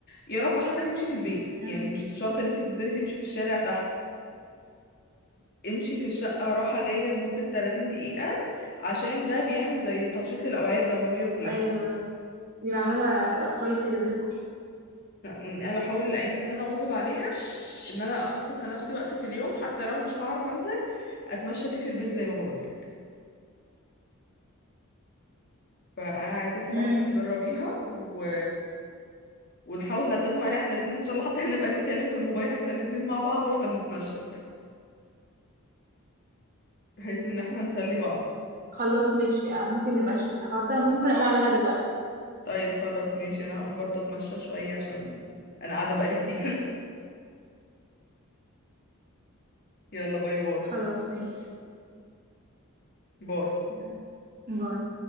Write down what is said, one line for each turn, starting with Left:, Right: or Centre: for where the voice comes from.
Left: يا رب حتى تمشي في البيت يعني
Right: امم
Left: مش شرط ان انت تنزلي تمشي في الشارع تحت امشي في الشقة راحة جاية لمدة 30 دقيقة عشان ده بيعمل زي تنشيط للأوعية الدموية كلها
Right: ايوه دي معلومه كويسه جدا
Left: انا بحاول الايام دي ان انا واظب عليها ان انا اخصص لنفسي وقت في اليوم حتى لو مش هعرف انزل اتمشى فيه في البيت زي ما بقولك فانا عايزاكي
Right: امم
Left: برضو تجربيها و... ونحاول نلتزم عليها احنا الاتنين ان شاء الله حتى <laughs> هنبقى نتكلم في الموبايل احنا الاتنين مع بعض واحنا بنتمشى <laughs> بحيث ان احنا نسلي بعض
Right: خلاص ماشي ممكن نبقى نشوف الحوار ده ممكن اقوم اعملها دلوقتي
Left: طيب خلاص ماشي انا هقوم برضو اتمشى شوية عشان انا قاعدة بقالي كتير <laughs> يلا باي باي
Right: خلاص ماشي
Left: باي
Right: يعني باي